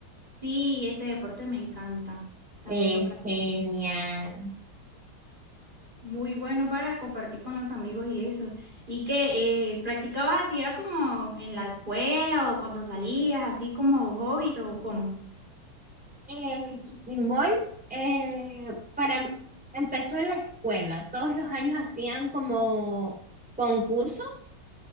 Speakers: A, on the right (about 20°); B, in the centre.
A: Sí, ese deporte me encanta, también
B: Es
A: lo practiqué.
B: genial.
A: Muy bueno para compartir con los amigos y eso. ¿Y que eh, practicabas así? ¿Era como en la escuela o cuando salías, así como hobby o cómo?
B: El kicking ball, eh, para, empezó en la escuela. Todos los años hacían como concursos